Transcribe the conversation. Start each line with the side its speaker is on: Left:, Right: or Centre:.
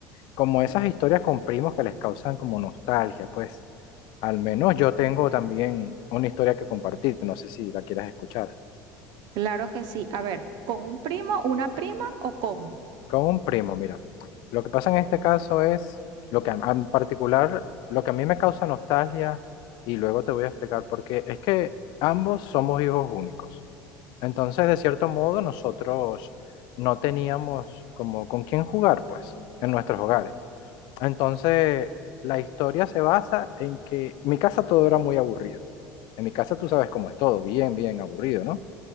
Left: como esas historias con primos que les causan como nostalgia, pues. Al menos yo tengo también una historia que compartirte, no sé si la quieras escuchar.
Right: Claro que sí, a ver, ¿con un primo, una prima o cómo?
Left: Con un primo, mira. Lo que pasa en este caso es lo que a- en particular, lo que a mí me causa nostalgia, y luego te voy a explicar por qué, es que ambos somos hijos únicos. Entonces, de cierto modo, nosotros no teníamos como con quién jugar, pues, en nuestros hogares. Entonces, la historia se basa en que en mi casa todo era muy aburrido. En mi casa tú sabes cómo es todo, bien, bien aburrido, ¿no?